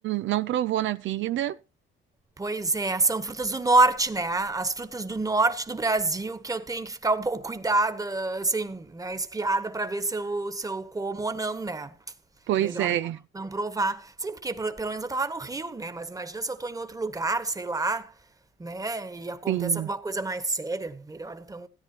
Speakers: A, on the right; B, on the right.
A: não provou na vida.
B: Pois é, são frutas do norte, né? As frutas do norte do Brasil que eu tenho que ficar um <laughs> pouco cuidada, assim, né? Espiada pra ver se eu, se eu como ou não, né?
A: Pois
B: Melhor
A: é,
B: não não provar. Sim, porque pelo pelo menos eu tava no Rio, né? Mas imagina se eu tô em outro lugar, sei lá, né? E acontece
A: sim.
B: alguma coisa mais séria. Melhor então